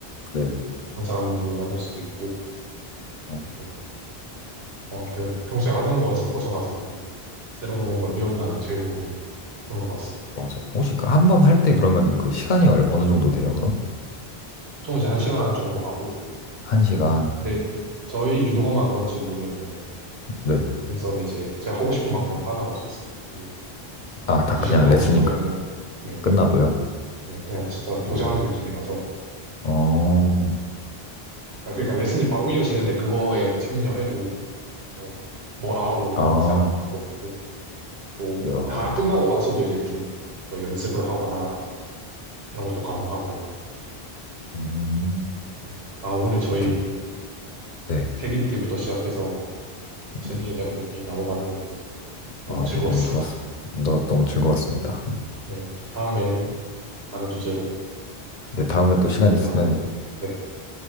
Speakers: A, on the left; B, on the right.
A: 네,
B: 새로운 사람도 만날 수도 있고
A: 어,
B: 또 뭐 아무튼 평소에 하던 거에서 벗어나서 또 새로운 걸 배운다는 즐거움이 큰 것 같습니다.
A: 맞아요. 혹시 그 한번 할 때 그러면은 그 시간이 얼, 어느 정도 돼요, 그럼?
B: 보통 이제 한 시간 정도 하고
A: 한 시간.
B: 근데 저희 유도관만 그런지 모르겠는데
A: 네.
B: 여기서는 이제 제가 하고 싶은 만큼 하다 갈 수 있어요. 그
A: 아,
B: 뭐
A: 다
B: 두
A: 그냥
B: 시간 하고
A: 레슨이
B: 싶으면은
A: 끝-
B: 네,
A: 끝나도요?
B: 네 그냥 진짜 도장
A: 음.
B: 느낌이라서
A: 어,
B: 그냥 아, 그러니까 레슨이 바로 이어지는데 그거에 참여해도 뭐 뭐라 하고 이런
A: 아,
B: 사람도 없고 또
A: 야,
B: 다 끝나고 나서도 이제 좀 더 연습을 하거나 이런 것도 가능하고요.
A: 음,
B: 네. 아 오늘 저희
A: 하여튼,
B: 또
A: 네,
B: 책 읽기부터 시작해서 취미에
A: 네.
B: 대한 얘기 나눠봤는데 너무
A: 아,
B: 즐거웠습니다.
A: 네, 너무 좋았어. 너, 너무 즐거웠습니다.
B: 네, 또 다음에 다른 주제로
A: 네, 다음에 또 시간
B: 얘기
A: 있으면
B: 나누 네,